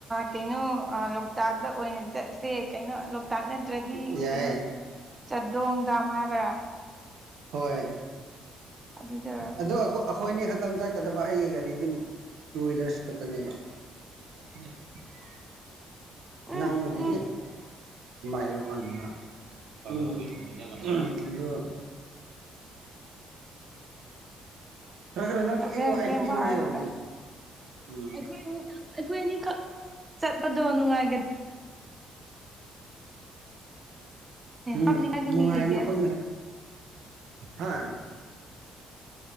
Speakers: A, on the right; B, on the right.
A: ꯀꯩꯅꯣ ꯂꯣꯛꯇꯥꯛꯇ ꯑꯣꯏꯅ ꯆꯠꯁꯦ ꯀꯩꯅꯣ ꯇꯥꯛ ꯅꯠꯇ꯭ꯔꯗꯤ
B: ꯌꯥꯏ
A: ꯀꯩꯅꯣ ꯆꯥꯗꯣꯡ ꯗꯥꯝ ꯍꯥꯏꯕ꯭ꯔꯥ
B: ꯍꯣꯏ
A: ꯑꯗꯨꯗ
B: ꯑ ꯑꯩꯈꯣꯏꯅꯤ ꯈꯛꯇꯪ ꯆꯠꯀꯗꯕ ꯑꯩꯒꯤ ꯒꯥꯔꯤꯗꯤ ꯇꯨ ꯍ꯭ꯋꯤꯂꯔꯁ ꯈꯛꯇꯅꯦꯕ <inaudible>
A: ꯎꯝ
B: ꯅꯪꯅꯗꯤꯗꯒꯤ
A: ꯎꯝ
B: ꯏꯔ ꯀꯥꯟꯅ ꯑꯗꯨ ꯈꯔ ꯈꯔ ꯅꯪꯁꯨ
A: ꯑꯁꯦꯡ
B: ꯏꯪꯉꯣ
A: ꯑꯁꯦꯡꯕ
B: ꯑꯩꯁꯨ ꯏꯪꯒꯦꯗꯧꯕꯅꯦ
A: ꯍꯥꯏꯕꯗ
B: ꯎꯝ
A: ꯑꯩꯈꯣꯏ ꯈꯤ ꯑꯩꯈꯣꯏ ꯑꯅꯤꯈꯛ ꯆꯠꯄꯗꯣ ꯅꯨꯡꯉꯥꯏꯒ
B: ꯎꯝꯝ
A: ꯀꯥꯞꯅꯤꯡꯉꯥꯏꯁꯨ
B: ꯅꯨꯡꯉꯥꯏꯈꯣꯏ
A: ꯃꯤ ꯂꯩꯇꯦ
B: ꯍ